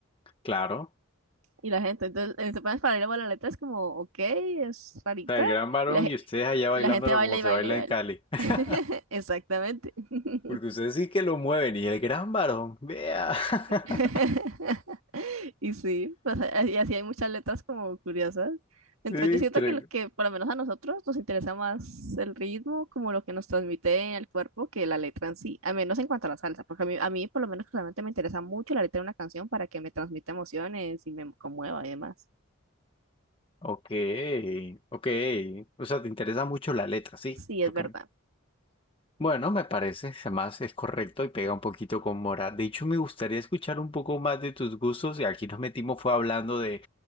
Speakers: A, on the left; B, on the right.
A: claro.
B: y la gente, entonces en pones para bailar la letra es como, ok, es rarita,
A: O sea, el gran varón
B: y la, gen-
A: y ustedes allá
B: y
A: bailándolo
B: la gente baila
A: como
B: y
A: se
B: baila
A: baila
B: y baila.
A: en Cali. <laughs>
B: <laughs> Exactamente. <laughs>
A: Porque ustedes sí que lo mueven y el gran varón, vea. <laughs>
B: <laughs> Y sí, pues, a- y así hay muchas letras como curiosas. Entonces
A: Sí,
B: yo siento
A: tre-
B: que lo que por lo menos a nosotros nos interesa más el ritmo, como lo que nos transmite en el cuerpo, que la letra en sí, a menos en cuanto a la salsa, porque a mí, a mí por lo menos realmente me interesa mucho la letra de una canción para que me transmita emociones y me conmueva y demás.
A: Ok, ok. O sea, te interesa mucho la letra, sí,
B: Sí,
A: es
B: es
A: lo
B: verdad.
A: que me Bueno, me parece, además es correcto y pega un poquito con Mora. De hecho, me gustaría escuchar un poco más de tus gustos y aquí nos metimos fue hablando de,